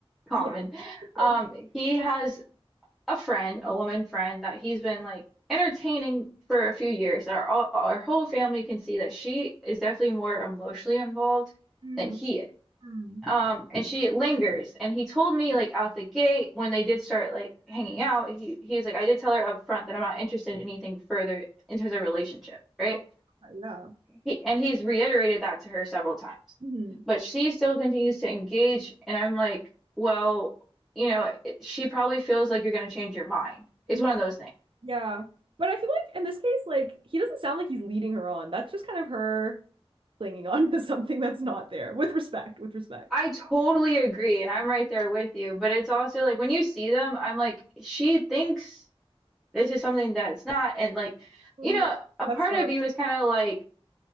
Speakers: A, in the centre; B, on the right.
A: common.
B: Yeah. For sure.
A: Um, he has a friend, a woman friend that he's been like entertaining for a few years that our all, our whole family can see that she is definitely more emotionally involved
B: Mm,
A: than he is.
B: mm.
A: Um, and she lingers. And he told me like out the gate when they did start like hanging out, he he was like, I did tell her up front that I'm not interested in anything further in terms of relationship, right?
B: Oh, yeah.
A: He, and he's reiterated that to her several times.
B: Mhm.
A: But she still continues to engage, and I'm like, well, you know, she probably feels like you're going to change your mind. It's
B: Mm,
A: one of those things.
B: Yeah. But I feel like in this case, like he doesn't sound like he's leading her on. That's just kind of her clinging on to something that's not there with respect, with respect.
A: I totally agree, and I'm right there with you. But it's also like when you see them, I'm like, she thinks this is something that it's not. And like,
B: Mm,
A: you know, a
B: that's
A: part
B: tough.
A: of you is kind of like,